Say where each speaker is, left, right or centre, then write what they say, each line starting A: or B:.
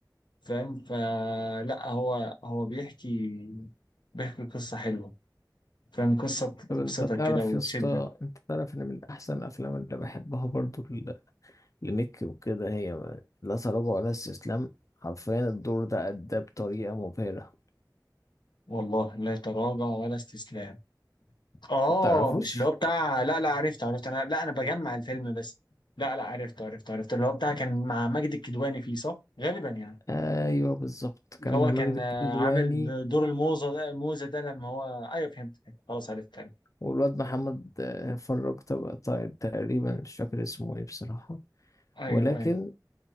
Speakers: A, on the left; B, on the left.
A: فاهم فلا هو هو بيحكي بيحكي قصه حلوه فاهم قصه تبسطك
B: طب انت تعرف
A: كده وتشدك
B: يا اسطى انت تعرف ان من احسن الافلام اللي بحبها برضه ل- لميك وكده هي لا تراجع ولا استسلام حرفيا الدور ده اداه بطريقه مبهره
A: والله لا تراجع ولا استسلام اه
B: ما تعرفوش
A: مش اللي هو بتاع لا لا عرفت عرفت انا لا انا بجمع الفيلم بس لا لا عرفت عرفت عرفت اللي هو بتاع كان مع ماجد الكدواني فيه صح غالبا يعني
B: ايوه بالظبط
A: اللي
B: كان
A: هو
B: مع
A: كان
B: ماجد الكدواني
A: آه، عامل دور الموزة ده- الموزة ده لما هو ايوه فهمت فهمت. خلاص عرفت عرفت.
B: والواد محمد آه، فرج طب طيب تقريبا مش فاكر اسمه ايه بصراحة
A: ايوه
B: ولكن
A: ايوه